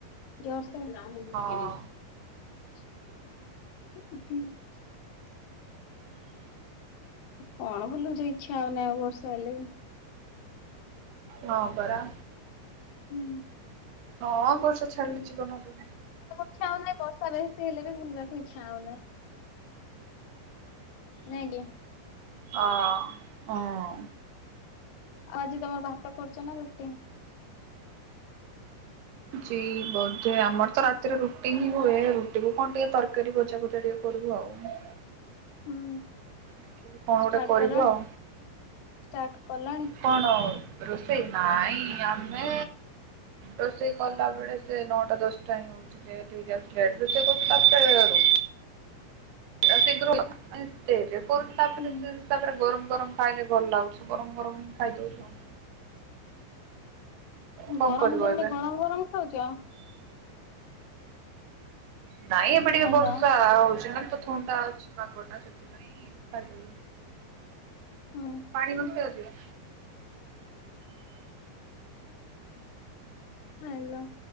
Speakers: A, on the left; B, on the right.
A: ଜର୍ <unintelligible> ରାମ ମୁଟ
B: ହଁ
A: କିରେ <unintelligible> ହ <inaudible> କଣ ବୁଲୁ ଇଚ୍ଛା ହଉନ ଆଉ ବର୍ଷ ହେଲେ ବି
B: ହଁ ପରା।
A: ହୁଁ।
B: ହଁ ଗୋଷ ଛାଡିଛିିବନଲେ
A: ଇଛା ହଉନହି ବର୍ଷା ବେଶୀ ହେଲେ ବି ଭୁଲିବାକୁ ଇଚ୍ଛା ହଉନି। ନାଇକି?
B: ହ ହଁ।
A: ଆଉ ଆଜି ତମର ଭାତ କରୁଛ ନା ରୁଟି?
B: ଜ ବୋଧେ ଆମର ତ ରାତିରେ ରୁଟି ହିଁ ହୁଏ ରୁଟି କ କଣ ଟିକେ ତରକାରୀ ବଜା ବଜା ଟିକେ ତରକାରିକରିବୁ ଆଉ।
A: ହୁଁ।
B: ଦେଖିବୁ କଣ ଗୋଟେ
A: ଷ୍ଟାର୍ଟ
B: କରିବୁ
A: କଲଣି
B: ଆଉ
A: ଷ୍ଟାର୍ଟ କଲଣି?
B: କଣ ଆଉ। ରୋଷେଇ ନାଇଁ ଆମେ ରୋଷେଇ କଲା ବେଳେ ସେ ନଅଟା ଦଶଟା ହିଁ ହଉଚି ଟିକଲେଟେ ହେଉଚି କରୁଛୁାରଟା ବେଳରୁ। ରାତିକିରୁ <inaudible> କର ତାପରେ
A: ହୁଁ
B: ତାପରେ ଗରମ ଗରମ ଖାଇଲେ ଭଲ ଲାଗୁଛ ଗରମ ଗରମ ହିଁ ଖାଇଦଉଛୁ। କଣ
A: ଗରମ
B: କରିବ
A: ଦିନରେ
B: ଏବେ?
A: ଗରମ ଗରମ ଖାଉଛ ଆ
B: ନାଇଁ ଏପ ଟିକେ
A: ହ୍ୟାଲୋ।
B: ବର୍ଷା ହଉଛି ନା। ଥଣ୍ଡା ଅଛି କାଗଟା ସେଥିପାଇଁ ଖାଇଦେଲ
A: ହୁଁ
B: ପାଣି ପଦିଆଯାଉଛି।
A: ହୁଁ <inaudible> ହଁ ହଲୋ।